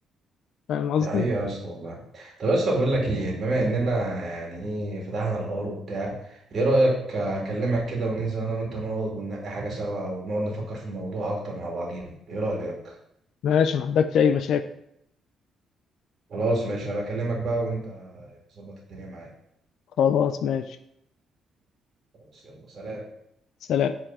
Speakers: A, on the left (about 75°); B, on the right (about 50°).
A: فاهم قصدي؟
B: ده حقيقة يا اسطى والله طب يا اسطى بقول لك ايه بما اننا يعني ايه فتحنا الحوار وبتاع ايه رأيك اكلمك كده وننزل انا وانت نقعد وننقي حاجة سوا او نقعد نفكر في الموضوع اكتر مع بعضينا ايه رأيك
A: ماشي ما عندكش اي مشاكل
B: خلاص ماشي هبقى اكلمك بقى وانت ظبط الدنيا معايا
A: خلاص ماشي
B: خلاص يلا سلام
A: سلام